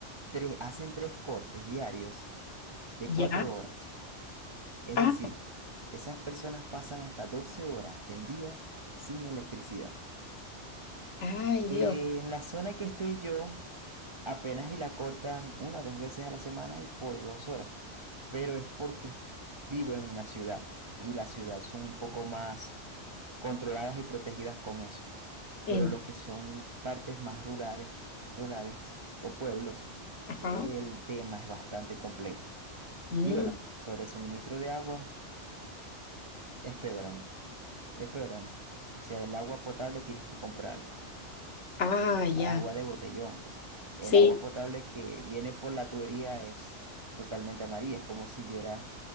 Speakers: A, on the right; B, on the left.
A: tres, hacen tres cortes diarios de
B: ya.
A: cuatro horas. Es
B: Ah,
A: decir, esas personas pasan hasta 12 horas del día sin electricidad.
B: ay, Dios.
A: En la zona que estoy yo, Apenas y la cortan una o dos veces a la semana y por dos horas. Pero es porque vivo en una ciudad y las ciudades son un poco más controladas y protegidas con eso.
B: En-
A: Pero lo que son partes más rurales, rurales o pueblos,
B: ajá.
A: el tema es bastante complejo.
B: mm,
A: Y bueno, sobre el suministro de agua, es peor aún, es peor aún. O sea, el agua potable tienes que comprarla.
B: ah, ya.
A: agua de botellón, pues. El
B: Sí.
A: agua potable que viene por la tubería es totalmente amarilla, es como si hubiera